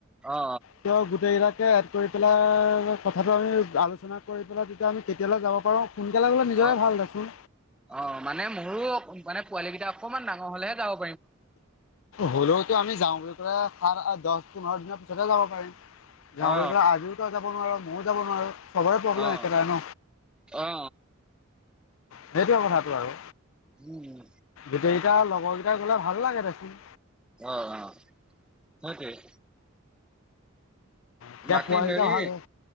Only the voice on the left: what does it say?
সিহঁত গোটেইকিতাকে কৰি পেলাই কথাটো আমি আলোচনা কৰি পেলাই তেতিয়া আমি কেতিয়ালৈ যাব পাৰোঁ সোনকালে গ'লে নিজৰে
ভাল দেচোন।
হলেওতো আমি যাওঁ বুলি কলোৰ দহ পোন্ধৰ দিনৰ পিছতেহে যাব পাৰিম যাওঁ
বুলি কলে আজিও তই যাব নোৱাৰ, মইও যাব নোৱাৰো। খবৰে প্ৰব্লেম
একেটাৰে ন
সেইটোৱে কথাটো আৰু
গোটেইকেইটা লগৰকেইটা গ'লে ভাল লাগে দেচোন।
এতিয়া
পোৱালিকেইটা
ভাল হয়